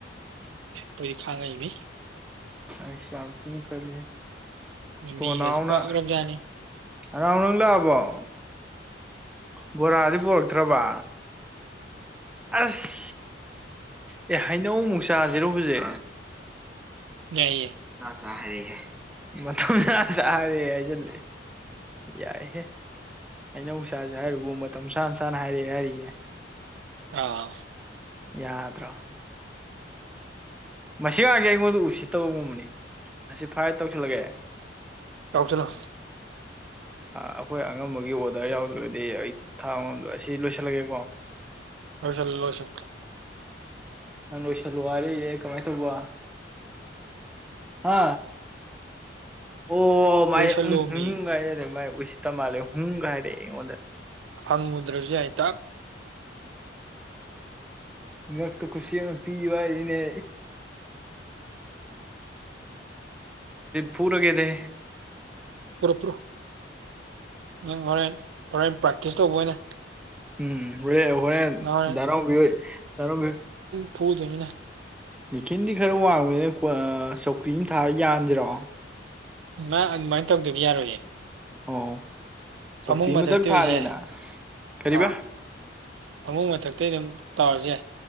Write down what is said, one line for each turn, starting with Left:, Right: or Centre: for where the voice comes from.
Right: ꯍꯣꯏ ꯁꯥꯡꯉꯥꯏꯏ <unintelligible> ꯃꯤ
Centre: ꯑꯁ ꯌꯥꯝ ꯊꯤꯅ ꯀꯂꯦ
Right: ꯂꯝꯕꯤꯒꯁꯦ
Centre: ꯇꯣꯅꯥꯎꯅ
Right: ꯄꯛꯈ꯭ꯔꯕꯖꯥꯠꯅꯤ
Centre: ꯑꯔꯥꯎ ꯅꯪ ꯂꯥꯛꯑꯕꯣ ꯎ ꯕꯣꯔꯥꯗꯤ ꯄꯣꯔꯛꯇ꯭ꯔꯕ ꯑꯁ ꯑꯦ ꯍꯩꯅꯧ ꯃꯨꯛ ꯆꯥꯁꯤꯔꯨꯕꯁꯦ
Right: ꯌꯥꯏꯌꯦ
Centre: ꯔꯦ ꯃꯇꯝ ꯆꯥ ꯆꯥꯔꯦꯦ ꯍꯥꯏꯁꯤꯂ ꯌꯥꯏꯍꯦ ꯍꯩꯅꯧꯁꯥꯁꯦ ꯍꯥꯏꯔꯨꯕꯨ ꯃꯇꯝ ꯁꯥꯅ ꯁꯥꯅ ꯍꯥꯏꯔꯛꯑꯦ ꯍꯥꯏꯔꯛꯑꯦ
Right: ꯑꯥꯝ
Centre: ꯌꯥꯗ꯭ꯔꯣ ꯃꯁꯤꯒꯥꯡꯒꯤꯦ ꯑꯩꯉꯣꯟꯗ ꯎꯁꯤꯠꯇꯕꯒꯨꯝꯕꯅꯤ ꯑꯁꯤ ꯐ꯭ꯔꯥꯏ ꯇꯧꯁꯤꯜꯂꯒꯦ
Right: ꯆꯥꯎꯥꯎ ꯆꯅꯥ
Centre: ꯑꯩꯈꯣꯏ ꯑꯉꯝꯕꯒꯤ ꯑꯣꯔꯗꯔ ꯌꯥꯎꯗ꯭ꯔꯒꯗꯤ ꯑꯩ ꯈꯨꯠ ꯊꯥ ꯑꯃꯝꯗ ꯑꯁꯤ ꯂꯣꯏꯁꯤꯜꯂꯒꯦꯀꯣ <inaudible>
Right: ꯍꯁꯜꯂꯣꯁ
Centre: ꯌꯥꯝꯁꯂꯨ ꯋꯥꯔꯦ ꯀꯃꯦꯥꯏ ꯇꯧꯕ ꯍꯥ ꯑꯣ ꯃꯥꯏ
Right: ꯂꯣꯏꯁꯜꯂꯣꯃꯤ
Centre: ꯎ ꯍꯨꯝꯒꯥꯏꯔꯦꯔꯦ ꯃꯥꯏ ꯎꯏꯁꯤꯠꯇ ꯃꯥꯜꯂꯦ ꯍꯨꯝꯒꯥꯏꯔꯦꯑꯦ ꯑꯩꯉꯣꯟꯗ
Right: ꯐꯪꯉꯨꯗ꯭ꯔꯁꯨ ꯑꯩꯏꯇꯥꯛ
Centre: ꯎꯝ ꯍꯛꯇ ꯈꯨꯁꯤꯅ ꯄꯤꯋꯥꯔꯤꯅꯦ ꯄꯨꯔꯒꯦꯗꯦ
Right: ꯔꯄ꯭ꯔꯣ ꯅꯪ ꯍꯣꯔꯦꯟ ꯍꯣꯔꯦꯟ ꯄ꯭ꯔꯦꯛꯇꯤꯁ ꯇꯧꯕ ꯑꯣꯏꯅ
Centre: ꯎꯝ ꯔꯦ ꯍꯣꯏ
Right: ꯅꯪ ꯍꯣꯔꯦꯟ
Centre: ꯗꯔꯥꯡꯕꯤ ꯗꯔꯕꯤ
Right: ꯐꯣꯗꯅꯤꯅ
Centre: ꯅꯤꯀꯤꯜꯗꯤ ꯈꯔ ꯋꯥꯡꯕꯅꯤꯅ ꯆꯧꯀ꯭ꯔꯤ ꯑꯃ ꯊꯥꯔ ꯌꯥꯟꯗꯔꯣ
Right: ꯃꯥ ꯑꯗꯨꯃꯥꯏꯅ ꯇꯧꯗꯒꯤ ꯌꯥꯔꯣꯏꯅꯦꯦ
Centre: ꯑꯣ
Right: ꯐꯃꯨꯡ
Centre: ꯆꯧꯀ꯭ꯔꯤ ꯑꯃꯗꯪ
Right: ꯃꯊꯛꯇꯤ
Centre: ꯊꯥꯔꯦꯅ
Right: ꯑꯣꯏꯁꯨ ꯌꯥꯏ
Centre: ꯀꯔꯤꯕ
Right: ꯑꯥ ꯐꯃꯨꯡ ꯃꯊꯛꯇꯤ ꯑꯗꯨꯝ ꯇꯧꯔꯁꯨ ꯌꯥꯏ